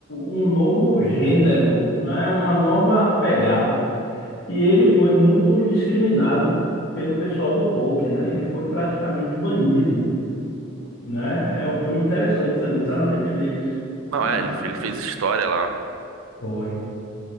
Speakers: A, on the left (about 55°); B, on the right (about 85°).
A: um novo gênero, né? Uma nova pegada. E ele foi muito discriminado pelo pessoal do folk, né? Ele foi praticamente
B: sim,
A: banido,
B: sim.
A: né? É um filme interessante também, está na Netflix. Tá
B: Não,
A: na,
B: é, ele,
A: na-
B: ele fez história lá.
A: foi,